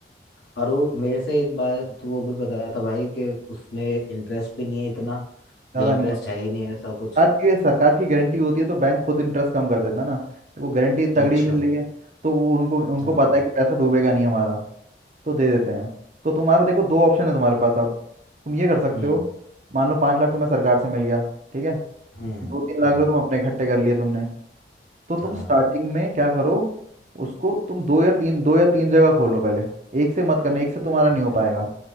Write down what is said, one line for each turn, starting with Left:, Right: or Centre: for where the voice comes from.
Left: और वो मेरे से एक बार तो वो भी बताया था भाई कि उसमें इंटरेस्ट भी नहीं है इतना
Right: ज़्यादा
Left: या इंटरेस्ट
Right: नहीं होता
Left: है ही नहीं ऐसा कुछ
Right: सरकार की सरकार की गारंटी होती है तो बैंक खुद इंटरेस्ट कम कर देता है ना तो वो गारंटी तगड़ी
Left: अच्छा
Right: मिल रही है तो वो उनको उनको
Left: हाँ
Right: पता है कि पैसा डूबेगा नहीं हमारा तो दे देते हैं तो तुम्हारा देखो दो ऑप्शन है तुम्हारे पास अब तुम ये कर सकते
Left: हम्म
Right: हो मान लो पाँच लाख तुम्हें सरकार से मिल गया ठीक है
Left: हम्म
Right: दो तीन लाख
Left: हम्म
Right: रुपए तुम अपने इकट्ठे कर लिए तुमने तो तुम
Left: हाँ
Right: स्टार्टिंग में क्या करो उसको तुम दो या तीन दो या तीन जगह खोलो पहले एक से मत करना एक से तुम्हारा नहीं
Left: अच्छा
Right: हो पाएगा